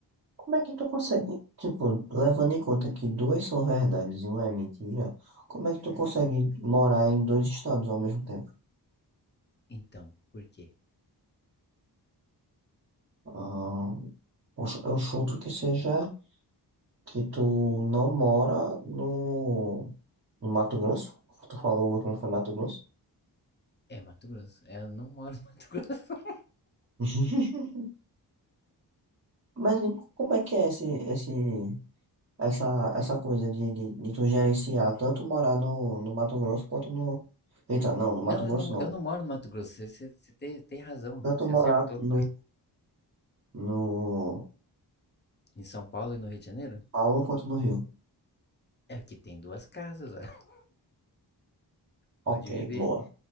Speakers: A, on the right (about 35°); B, on the left (about 25°).
A: como é que tu consegue? Tipo, levando em conta que duas são verdades e uma é mentira, como é que tu consegue morar em dois estados ao mesmo tempo?
B: Então, por quê?
A: Ah, poxa, eu chuto que seja que tu não mora no, no Mato Grosso. Tu falou o último foi Mato Grosso?
B: É Mato Grosso. Eu não moro no Mato Grosso. <laughs>
A: <laughs> Mas e como é que é esse, esse, essa, essa coisa de, de, de tu gerenciar tanto morar no, no Mato Grosso quanto no. Eita, não, no Mato
B: Não,
A: Grosso
B: eu não,
A: não.
B: eu não moro no Mato Grosso. Você, você- você tem, tem razão.
A: Tanto
B: Você
A: morar
B: acertou.
A: no, no
B: Em São Paulo e no Rio de Janeiro?
A: Paulo quanto no Rio.
B: É que tem duas casas, ó. Pode
A: Ok,
B: viver.
A: boa,